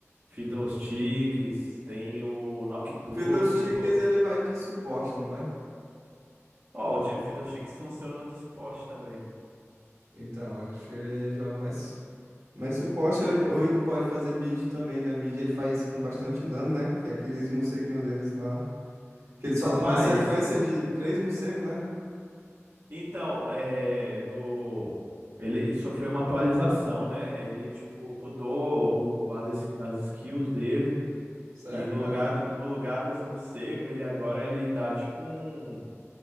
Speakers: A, on the right; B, on the right.
A: Fiddlesticks, tem o Nocturne,
B: Fiddlesticks
A: pô.
B: ele vai de suporte, não vai?
A: Ó, o ti- o Fiddlesticks funciona de suporte também.
B: Então, acho que ele joga mais, mais suporte, ou ou ele pode fazer mid também, né? Mid ele faz com bastante dano, né? Que é aqueles morceguinhos deles lá. Que ele solta
A: Rapaz,
B: uma sequência de três morcegos, né?
A: então, é, no... Ele sofreu uma atualização, né? Ele, tipo, mudou o- as, es- as skills dele.
B: Sério,
A: E no
B: cara?
A: lugar, do- no lugar dos morcegos, ele agora ele dá, tipo, um...